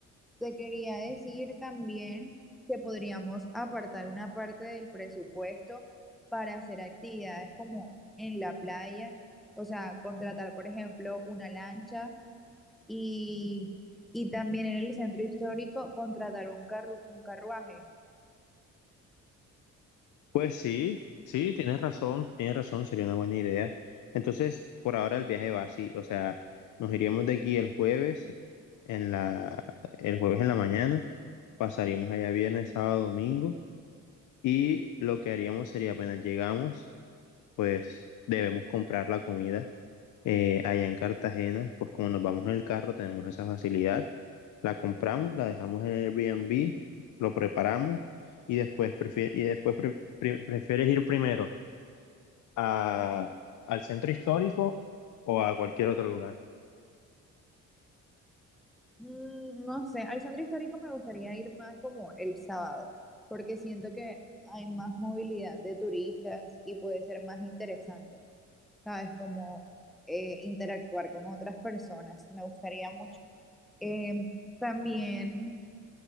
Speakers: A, in the centre; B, on the left.
A: te quería decir también que podríamos apartar una parte del presupuesto para hacer actividades como en la playa, o sea, contratar, por ejemplo, una lancha y, y también en el centro histórico contratar un carru- un carruaje.
B: Pues sí, sí, tienes razón, tienes razón, sería una buena idea. Entonces, por ahora el viaje va así, o sea, nos iríamos de aquí el jueves en la, el jueves en la mañana, pasaríamos allá viernes, sábado, domingo. Y lo que haríamos sería apenas llegamos, pues debemos comprar la comida eh, allá en Cartagena, pues como nos vamos en el carro tenemos esa facilidad, la compramos, la dejamos en el Airbnb, lo preparamos y después, prefier- y después pre- pre- prefieres ir primero a, al centro histórico o a cualquier otro lugar.
A: Mm, No sé, al centro histórico me gustaría ir más como el sábado, porque siento que hay más movilidad de turistas y puede ser más interesante, ¿sabes? Como eh, interactuar con otras personas, me gustaría mucho. Eh, también